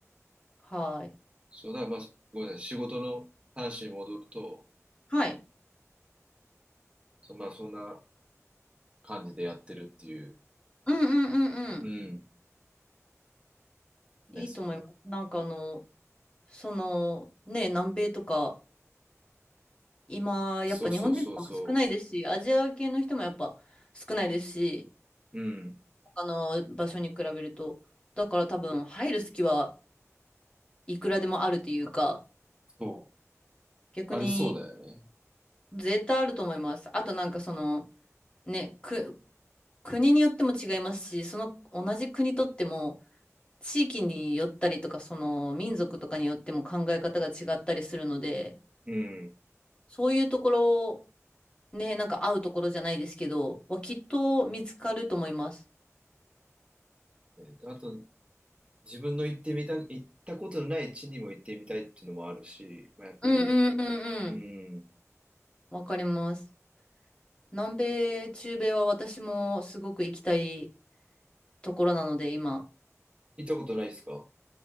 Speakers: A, on the left; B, on the right.
A: はい。
B: そうだ、まあ、ごめんなさい。仕事の話に戻ると、
A: はい。
B: そ、まあ、そんな、感じでやってるっていう。
A: うんうんうんうん。
B: うん。ですよね。
A: いいと思います。なんかあの、その、ね、南米とか、今、
B: そうそうそうそ
A: やっぱ日本人とかも少ないですし、アジア系の人もやっぱ少ないですし、
B: う。うん。
A: 他の場所に比べると。だから多分、入る隙はいくらでもあるというか、
B: そう。
A: 逆に
B: ありそうだよね。
A: 絶対あると思います。あとなんかその、ね、く、国によっても違いますし、その同じ国とっても、地域によったりとか、その民族とかによっても考え方が違ったりするので、
B: うん。
A: そういうところね、なんか会うところじゃないですけど、はきっと見つかると思います。
B: であと、自分の行ってみた、行ったことのない地にも行ってみたいっていうのもあるし、まあ、やっぱり、
A: うんうんうんうん。
B: うん。
A: わかります。南米、中米は私もすごく行きたいところなので、今。
B: 行ったことないですか